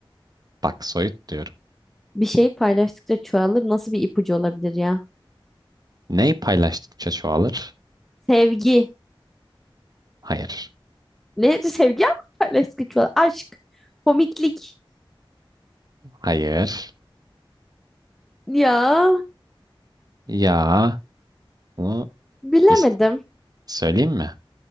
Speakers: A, on the right; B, in the centre.
A: Bak soyut diyorum.
B: Bir şey paylaştıkça çoğalır. Nasıl bir ipucu olabilir ya?
A: Ne paylaştıkça çoğalır?
B: Sevgi.
A: Hayır.
B: Ne? <laughs> Sevgi ama paylaştıkça çoğalır. Aşk. Komiklik.
A: Hayır.
B: Ya
A: Ya bunu
B: bilemedim.
A: is- söyleyeyim mi?